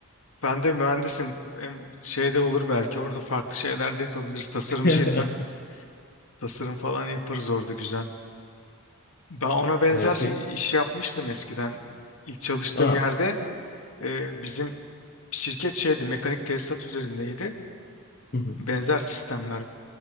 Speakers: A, on the left; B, on the left.
A: Ben de mühendisim. Hem Şeyde olur belki orada farklı şeyler de yapabiliriz. Tasarımcıyım
B: <laughs>
A: ben. Tasarım falan yaparız orada güzel. Ben ona benzer
B: e, peki.
A: iş yapmıştım eskiden. İlk çalıştığım
B: Aa.
A: yerde e, bizim şirket şeydi mekanik tesisat üzerindeydi.
B: Hı hı,
A: Benzer sistemler